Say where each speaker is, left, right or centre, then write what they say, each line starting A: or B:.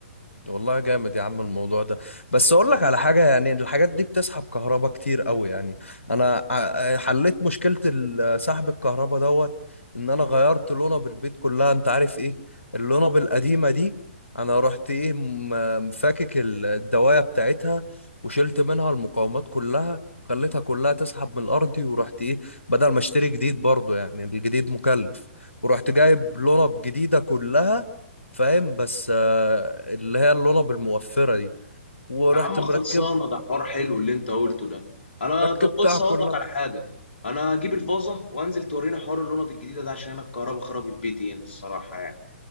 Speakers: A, on the left; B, on the left.
A: والله جامد يا عم الموضوع ده بس اقول لك على حاجه يعني الحاجات دي بتسحب كهرباء كتير قوي يعني انا ع- حليت مشكله ال- سحب الكهرباء دوت ان انا غيرت لونا البيت كلها انت عارف ايه اللونا القديمه دي انا رحت ايه م- فاكك ال- الدوايه بتاعتها وشلت منها المقاومات كلها وخليتها كلها تسحب من الارض ورحت ايه بدل ما اشتري جديد برضو يعني الجديد مكلف ورحت جايب لونا جديده كلها فاهم بس آه، اللي هي اللولب الموفرة دي ورحت
B: يا عم
A: مركبها
B: خلصانه ده حوار حلو اللي انت قلته ده انا
A: ركبتها
B: طب بص
A: كلها
B: هقول لك على حاجه انا هجيب الفازه وانزل تورينا حوار اللوند الجديده ده عشان انا الكهرباء خربت بيتي هنا الصراحه يعني